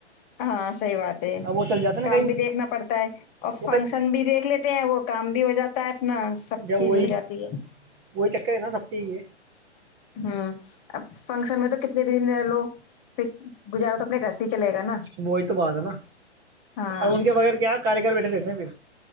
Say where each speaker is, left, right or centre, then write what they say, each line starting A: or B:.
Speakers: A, on the left (about 20°); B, on the right (about 25°).
A: ہاں صحیح بات ہے
B: اب وہ چل جاتے نا
A: کام
B: کہیں
A: بھی دیکھنا پڑتا ہے اور
B: وہ
A: فنکشن
B: کہیں
A: بھی دیکھ لیتے ہیں وہ کام بھی ہو جاتا ہے نہ سب
B: جب
A: چیز
B: وہی
A: ہو جاتی ہے
B: وہی چکر ہے نا سب چ یہ
A: ہوں اب فنکشن میں تو کتنے بھی دن رہ لو پھر گزارا تو اپنے گھر سے ہی چلے گا نا
B: وہی تو بات ہے نا
A: ہاں
B: اور ان کے بغیر کیا کاراری کر بیٹھے رہتے ہیں پھر